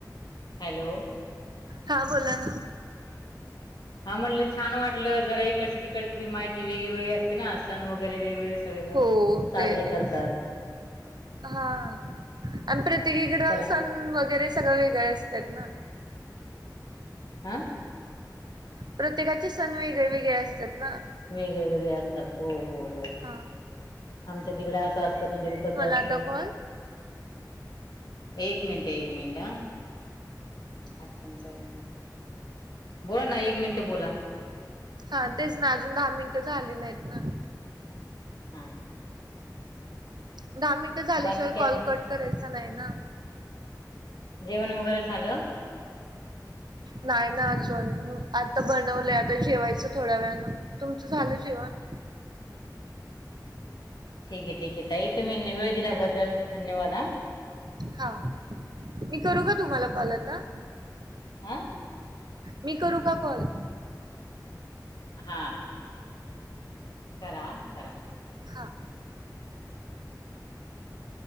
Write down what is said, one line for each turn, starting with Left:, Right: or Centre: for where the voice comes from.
Left: हॅलो
Right: हा बोला ना.
Left: हा म्हटलं छान वाटलं जरा इकडची तिकडे थोडी माहिती वेगवेगळी असती ना सन वगैरे वेगवेगळे. सगळेजण
Right: हो
Left: साजरे
Right: तेच
Left: करतात
Right: हा. आणि प्रत्येकीकडे
Left: चला
Right: सण वगैरे सगळं वेगळे असतात ना.
Left: हम.
Right: प्रत्येकाचे सण वेगळे वेगळे असतात ना.
Left: वेगळे वेगळे असतात हो हो हो.
Right: हा.
Left: आमच्या तिकडं असं असतं तुमच्याकडे तसं असतं.
Right: आता कॉल?
Left: एक मिनट एक मिनिट ह. आठ पंचावन्न बोला ना एक मिनिटं बोला.
Right: हा तेच ना अजून दहा मिनटं झाली नाहीत ना.
Left: हा.
Right: दहा मिनटं झाल्याशिवाय
Left: बाकी काय
Right: कॉल
Left: म्हणता?
Right: कट करायचा नाही ना.
Left: जेवण वगैरे झालं.
Right: नाही ना अजून आता बनवलंय आता जेवायचं थोड्या वेळाने तुमचं झालं जेवण.
Left: ठीक आहे ठीक आहे तई तुम्ही वेळ दिल्याबद्दल धन्यवाद हा.
Right: हा मी करू का तुम्हाला कॉल आता.
Left: आं.
Right: मी करू का कॉल.
Left: हा. करा हा करा.
Right: हा.